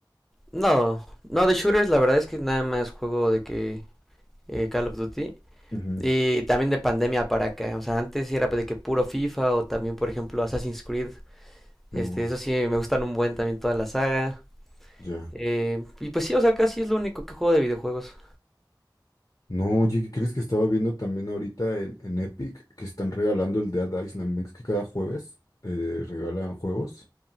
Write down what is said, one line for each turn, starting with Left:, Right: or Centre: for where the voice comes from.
Centre: No, no, de shooters la verdad es que nada más juego de que eh, Call of Duty.
Left: Ujú.
Centre: Y también de pandemia para acá, o sea, antes sí era de que puro FIFA o también, por ejemplo, Assassin's Creed. Este,
Left: Oh,
Centre: eso sí, me gustan un buen también toda la saga.
Left: ya.
Centre: Eh, y pues sí, o sea, casi es lo único que juego de videojuegos.
Left: No, oye, ¿qué crees que estaba viendo también ahorita en, en Epic que están regalando el Dead Island? ¿Ves que cada jueves eh, regalan juegos?